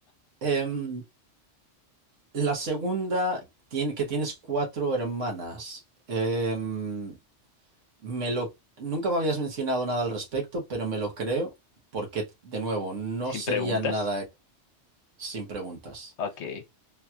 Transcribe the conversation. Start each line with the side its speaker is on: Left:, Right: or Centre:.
Right: Em, la segunda, tiene, que tienes cuatro hermanas. Em, me lo, nunca me habías mencionado nada al respecto, pero me lo creo, porque, de nuevo, no
Left: sin
Right: sería
Left: preguntas.
Right: nada sin preguntas.
Left: Ok.